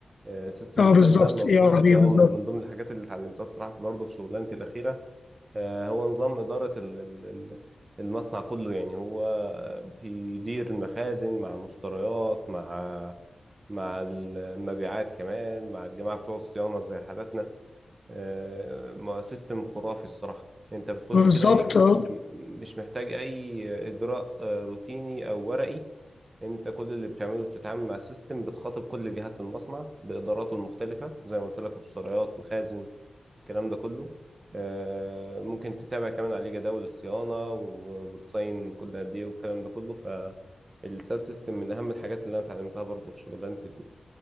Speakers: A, on the right; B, on the left.
A: آه، سيستم
B: اه
A: الساب
B: بالظبط
A: ده المفروض
B: اي ار بي
A: ده
B: بالظبط
A: من من ضمن الحاجات اللي اتعلمتها الصراحه برضه في شغلانتي الاخيره آه، هو نظام اداره ال- ال- ال- المصنع كله يعني هو آه، بيدير المخازن مع المشتريات مع مع المبيعات كمان مع الجماعة بتوع الصيانة زي حالاتنا آه، ما- سيستم خرافي الصراحة انت بتخش
B: بالظبط
A: كده ايه
B: اه
A: م- مش محتاج اي اجراء آه، روتيني او ورقي انت كل اللي بتعمله بتتعامل مع سيستم بتخاطب كل جهات المصنع باداراته المختلفة زي ما قلت لك مشتريات مخازن الكلام ده كله آه، ممكن تتابع كمان عليه جداول الصيانة وبتصين كل قد ايه والكلام ده كله فالساب سيستم من أهم الحاجات اللي أنا اتعلمتها برضه في شغلانتي